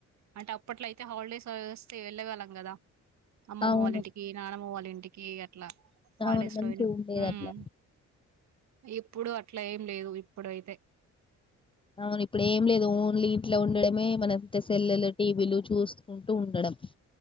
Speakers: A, on the right; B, on the left.
A: అంటే అప్పట్లో అయితే హాలిడేస్ వస్తే వెళ్ళేవాళ్ళం కదా అమ్మమ్మ
B: అవును
A: వాళ్ళ ఇంటికి నాన్నమ్మ వాళ్ల ఇంటికి కీ అట్లా హాలిడేస్
B: అవును మంచిగా
A: లో వి
B: ఉండేది
A: ఉమ్
B: అట్లా
A: ఇప్పుడు అట్లా ఏ లేవు ఇప్పుడైతే
B: అవును ఇప్పుడు ఏం లేదు ఓన్లీ ఇంట్లో ఉండడమే <unintelligible> సెల్లులు టీవీలు చూసు కుంటూ ఉండడం